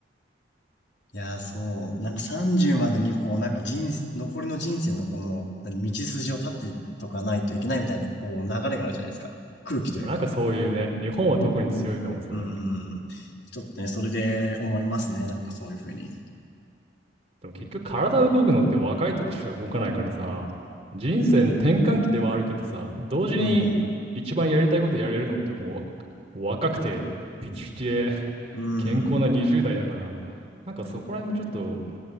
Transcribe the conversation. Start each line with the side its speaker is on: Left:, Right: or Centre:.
Left: いやー、そう。なんか30までに、こう、なんか人生、残りの人生のこの、何道筋を立ってとかないといけないみたいな、こう、流れがあるじゃないですか。空気というか。
Right: まあ、なんかそういうね、日本は特に強いかも、それ。
Left: うん。ちょっとね、それで思いますね。なんかそういうふうに。
Right: でも結局体動くのって若い時しか動かないからさ、人生の転換期ではあるけどさ、同時に一番やりたいことやれるのっても
Left: うん
Right: うわ若くて、ピチピチで <laughs>
Left: うん。
Right: 健康な20代だから、
Left: うん。
Right: なんかそこら辺もちょっと